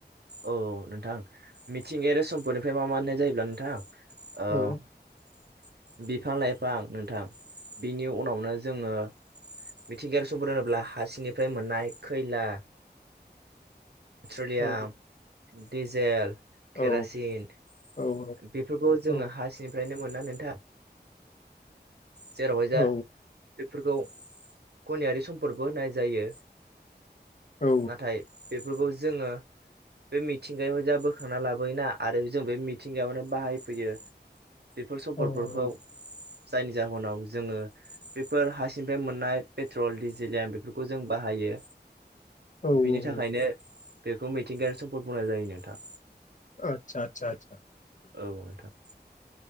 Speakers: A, on the right; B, on the left.
A: औ नोंथां मिथिंगायारि सम्पनिफ्राय मा मा मोननाय जायो होमब्ला नोंथां ओ
B: औ
A: बिफां लाइफां नोंथां बिनि उनावनो जोङो मिथिंगायारि सम्पद होनोब्ला हासिंनिफ्राय मोननाय खैला पेट्रलियाम
B: औ
A: डिजेल केरासिन
B: औ औ
A: बेफोरखौ जोङो
B: औ
A: हासिंनिफ्रायनो मोनोना नोंथां जेरावहाय जा
B: औ
A: बेफोरखौ खनियारि सम्पदबो होनाय जायो
B: औ
A: नाथाय बेफोरखौ जोङो बे मिथिंगायाव जा बोखांना लाबोयोना आरो जों बे मिथिंगायावनो बाहायफैयो बेफोर सम्पदफोरखौ
B: औ
A: जायनि जाहोनाव जोङो बेफोर हासिंनिफ्राय मोननाय पेट्रल डिजेलय बेफोरखौ जों बाहायो
B: औ
A: बिनि थाखायनो बेखौ मिथिंगायारि सम्पद बुंनाय जायो नोंथां
B: आसा आसा आसा
A: औ नोंथां